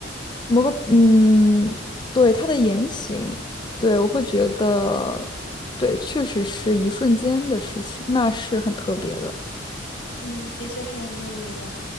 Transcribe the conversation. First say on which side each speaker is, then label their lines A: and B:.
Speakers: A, on the left; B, on the left.
A: 某个，嗯，对，他的言行。对，我会觉得，对，确实是一瞬间的事情，那是很特别的。
B: 嗯，的确是很特别的。